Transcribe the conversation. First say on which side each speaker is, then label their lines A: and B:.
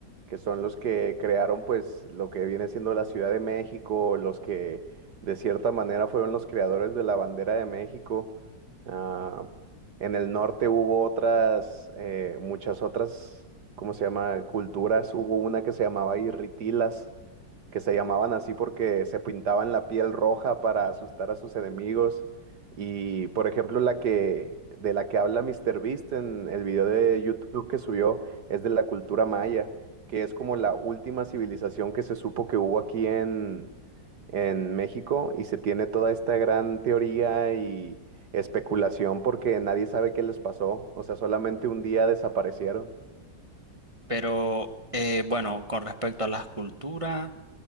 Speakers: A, on the right (about 60°); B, on the right (about 25°).
A: que son los que crearon pues lo que viene siendo la Ciudad de México, los que de cierta manera fueron los creadores de la bandera de México. Ah, en el norte hubo otras, eh, muchas otras, ¿cómo se llama? Culturas, hubo una que se llamaba Irritilas que se llamaban así porque se pintaban la piel roja para asustar a sus enemigos. Y por ejemplo, la que de la que habla Mr. Beast en el video de YouTube que subió es de la cultura maya, que es como la última civilización que se supo que hubo aquí en, en México y se tiene toda esta gran teoría y especulación porque nadie sabe qué les pasó, o sea, solamente un día desaparecieron.
B: Pero eh, bueno, con respecto a las culturas,